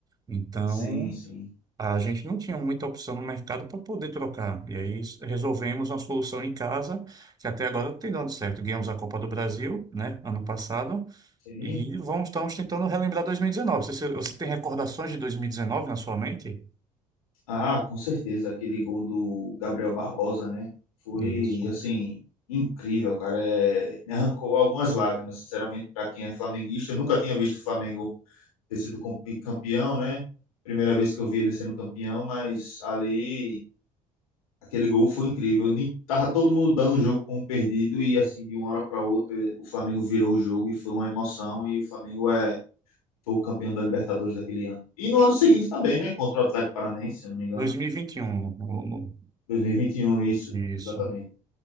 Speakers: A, on the right; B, on the left.
A: Então,
B: Sim, sim.
A: a gente não tinha muita opção no mercado para poder trocar. E aí s- resolvemos uma solução em casa, que até agora tem dando certo. Ganhamos a Copa do Brasil, né, ano passado,
B: Sim,
A: e vamos, estamos tentando relembrar 2019. Você, você tem recordações de 2019 na sua mente?
B: Ah, com certeza, aquele gol do Gabriel Barbosa, né? Foi,
A: Isso.
B: assim, incrível, cara. É, me arrancou algumas lágrimas, sinceramente, para quem é flamenguista. Eu nunca tinha visto o Flamengo ter sido com- campeão, né? Primeira vez que eu vi ele sendo campeão, mas ali, aquele gol foi incrível. Nem, tava todo mundo dando o jogo como perdido e, assim, de uma hora para outra, o Flamengo virou o jogo e foi uma emoção. E o Flamengo é, foi o campeão da Libertadores daquele ano. E no ano seguinte também, né? Contra o Atlético Paranaense, se eu não me engano.
A: 2021. no- no-
B: 2021, isso,
A: Isso.
B: exatamente.